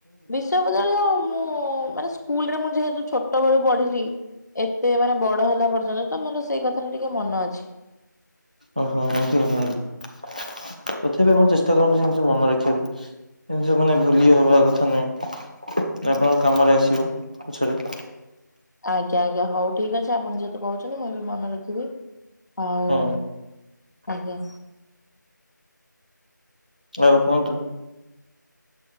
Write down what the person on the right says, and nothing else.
ଓହୋ ଏମତି କଥା ନାଇଁ କି? ତଥାପି ଆମର ଚେଷ୍ଟା କରନ୍ତୁ ଜିନିଷ ମନେ ରଖିବାକୁ। ଜିନିଷ ମାନେ ଭୁଲି ହେବା କଥା ନୁହେଁ ଆପଣଙ୍କ କାମରେ ଆସିବ ପଛରେ
ହଁ
ଆଉ କୁହନ୍ତୁ?